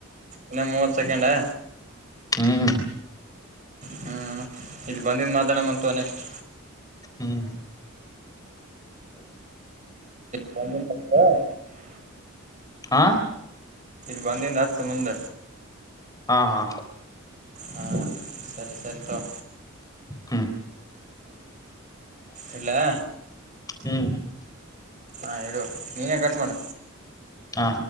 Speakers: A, on the right; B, on the left.
A: ಇನ್ನ ಮೂವತ್ತ ಸೆಕೆಂಡಾ
B: ಹ್ಮ್
A: ಹ್ಮ್ ಇಲ್ಲಿ ಬಂದಿದ ಮಾತಾಡಮ ಅಂತ ತಗೊ ನೆಸ್ಟ್
B: ಹ್ಮ್
A: ಬಂದಿದ ಪತ <unintelligible>
B: ಹಾ
A: ಇದು ಬಂದಿಂದ ಹಚ್ಚ ಮುಂದ
B: ಹಾ ಹಾ
A: ಹಾ ಸರಿ ಸರಿ ತಗೊ
B: ಹ್ಮ್
A: ಇಡಲ್ಯಾ
B: ಹ್ಮ್
A: ಹಾ ಹೇಳು ನೀನೇ ಕಟ್ ಮಾಡ
B: ಹಾ